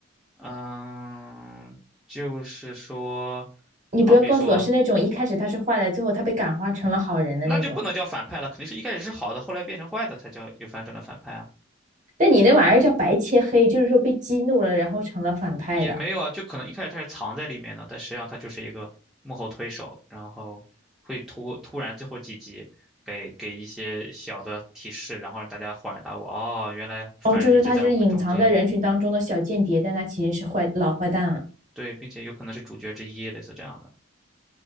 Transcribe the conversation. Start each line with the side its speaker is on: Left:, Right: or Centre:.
Centre: 嗯，就是说，
Right: 你不要告诉我是那种一开始他是坏的，
Centre: 好比说，
Right: 最后他被感化成了好人的那种。
Centre: 那就不能叫反派了，肯定是一开始是好的，后来变成坏的才叫有反转的反派啊。
Right: 但你那玩意儿叫白切黑，就是说被激怒了，然后成了反派的。
Centre: 也没有啊，就可能一开始他是藏在里面的，但实际上他就是一个幕后推手，然后会突突然最后几集给给一些小的提示，然后让大家恍然大悟，哦，原来犯人一直在我们中间，
Right: 哦，就是他是隐藏在人群当中的小间谍，但他其实是坏老坏蛋了。
Centre: 对，并且有可能是主角之一，类似这样的。